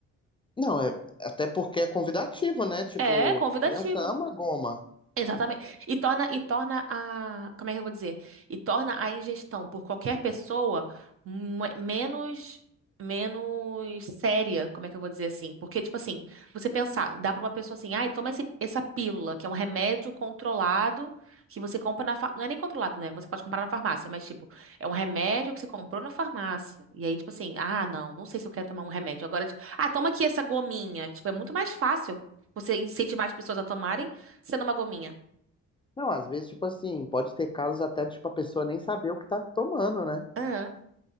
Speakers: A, on the left; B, on the right.
A: Não, é... até porque é convidativo, né? Tipo,
B: É, convidativo.
A: criança ama goma.
B: Exatamente. E torna, e torna a, como é que eu vou dizer? E torna a ingestão por qualquer pessoa me- menos menos séria, como é que eu vou dizer assim? Porque, tipo assim, você pensar, dá pra uma pessoa assim, ai, toma esse, essa pílula, que é um remédio controlado que você compra na, fa- não é nem controlado, né? Você pode comprar na farmácia, mas, tipo, é um remédio que você comprou na farmácia. E aí, tipo assim, ah, não, não sei se eu quero tomar um remédio. Agora, tipo, ah, toma aqui essa gominha. Tipo, é muito mais fácil você incentivar as pessoas a tomarem sendo uma gominha.
A: Não, às vezes, tipo assim, pode ter casos até, tipo, a pessoa nem saber o que tá tomando, né?
B: É,